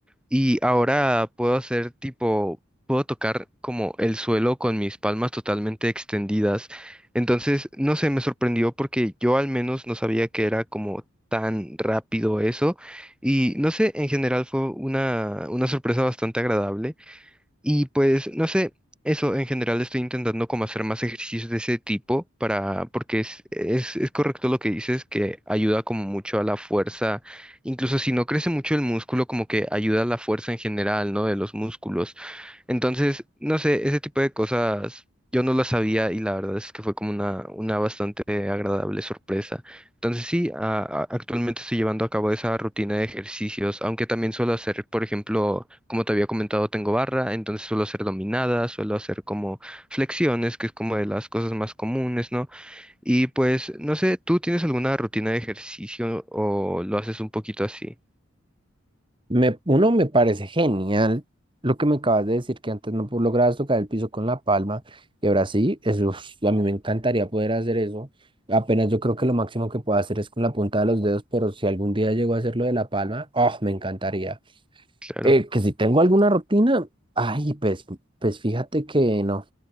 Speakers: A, in the centre; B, on the right.
A: y ahora puedo hacer tipo, puedo tocar como el suelo con mis palmas totalmente extendidas. Entonces, no sé, me sorprendió porque yo al menos no sabía que era como tan rápido eso y no sé, en general fue una, una sorpresa bastante agradable. Y pues, no sé, eso en general estoy intentando como hacer más ejercicios de ese tipo para, porque es, es, es correcto lo que dices, que ayuda como mucho a la fuerza, incluso si no crece mucho el músculo, como que ayuda a la fuerza en general, ¿no? De los músculos. Entonces, no sé, ese tipo de cosas yo no las sabía y la verdad es que fue como una, una bastante agradable sorpresa. Entonces, sí, a- a- actualmente estoy llevando a cabo esa rutina de ejercicios, aunque también suelo hacer, por ejemplo, como te había comentado, tengo barra, entonces suelo hacer dominadas, suelo hacer como flexiones, que es como de las cosas más comunes, ¿no? Y pues, no sé, ¿tú tienes alguna rutina de ejercicio o lo haces un poquito así?
B: Me, uno me parece genial lo que me acabas de decir, que antes no pu- lograbas tocar el piso con la palma y ahora sí, eso, es- a mí me encantaría poder hacer eso. Apenas yo creo que lo máximo que puedo hacer es con la punta de los dedos, pero si algún día llego a hacerlo de la palma, oh, me encantaría.
A: Claro,
B: Eh, que si tengo alguna rutina, ay, pues, pues fíjate que no,